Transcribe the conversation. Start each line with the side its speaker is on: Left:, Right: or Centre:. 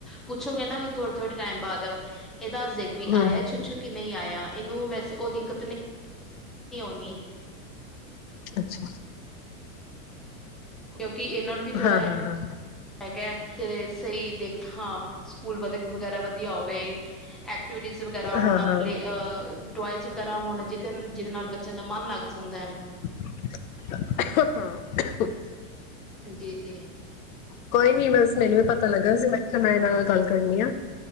Centre: ਪੁੱਛੋਗੇ ਨਾ, ਵੀ ਥੋੜੇ-ਥੋੜੇ ਟਾਈਮ ਬਾਅਦ ਇਹ ਦੱਸ ਦਾਏਗੀ ਵੀ
Left: ਹੂੰ
Centre: ਆਇਆ
Left: ਹੂੰ
Centre: ਛੂਛੂ ਕਿ ਨਹੀਂ ਆਇਆ। ਇਹਨੂੰ ਵੈਸੇ ਉਹ ਦਿੱਕਤ ਨਹੀਂ। ਨੀ
Left: ਅੱਛਾ
Centre: <unintelligible> ਕਿ ਇਹਨਾਂ ਨੂੰ ਵੀ ਥੋੜ੍ਹਾ
Left: ਹਾਂ ਹਾਂ
Centre: ਹੈ।
Left: ਹਾਂ
Centre: ਹੈਗਾ, ਤੇ ਸਹੀ ਦੇਖਾਂ ਸਕੂਲ ਵ ਵਗੈਰਾ ਵਧੀਆ ਹੋਵੇ। ਐਕਟੀਵਿਟੀਜ ਵਗੈਰਾ ਹੋਣ।
Left: ਹਾਂ
Centre: ਪਲੇ
Left: ਹਾਂ
Centre: ਅ-ਅ ਟੋਏਜ ਕਰਾਂ ਹੁਣ, ਜੇਕਰ, ਜਿਹਦੇ ਨਾਲ ਬੱਚਿਆਂ ਦਾ ਮਨ ਲੱਗ ਜਾਂਦਾ <unintelligible>
Left: ਖੰਗ ਰਹੇ
Centre: ਜੀ ਜੀ
Left: ਕੋਈ ਨੀ, ਬਸ ਮੈਨੂੰ ਤਾ ਪਤਾ ਲੱਗਾ ਸੀ, ਮੈਂ ਕਿਹਾ, ਮੈਂ ਇਹਨਾਂ ਨਾਲ ਗੱਲ ਕਰਨੀ ਆ।